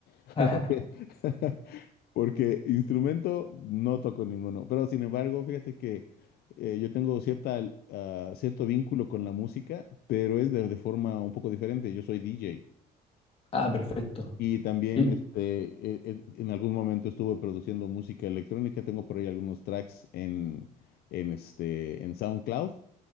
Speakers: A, on the left (about 70°); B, on the left (about 35°).
A: <laughs>
B: <laughs>
A: Porque, <laughs> porque instrumento no toco ninguno. Pero sin embargo, fíjate que eh, yo tengo cierta, ah, cierto vínculo con la música, pero es de, de forma un poco diferente. Yo soy DJ.
B: Ah, perfecto.
A: Y también
B: Y
A: este, e- e- en algún momento estuve produciendo música electrónica. Tengo por ahí algunos tracks en, en, este, en SoundCloud.